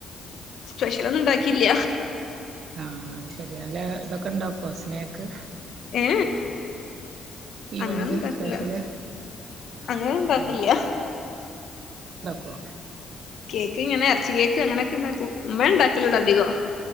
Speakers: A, on the left; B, on the right.
A: സ്പെഷ്യൽ ഒന്നും ഉണ്ടാക്കിയില്ല
B: ആഹ അത് ശെരി നല്ല ഇതൊക്കെ ഇണ്ടാക്കോ സ്നേക്ക്
A: ഏ
B: ഈവനിങ്
A: അങ്ങനെന്നും ഇണ്ടാക്കല
B: സ്പെഷ്യല് ആഹ്
A: അങ്ങനെ ഇണ്ടാക്കലില്ല
B: അപ്പോ
A: കേക്ക് ഇങ്ങനെ ഇറച്ചി കേക്ക് അങ്ങനൊക്കെണ്ടാക്കും ഉമ്മ ഉണ്ടാക്കലോൂട അധികം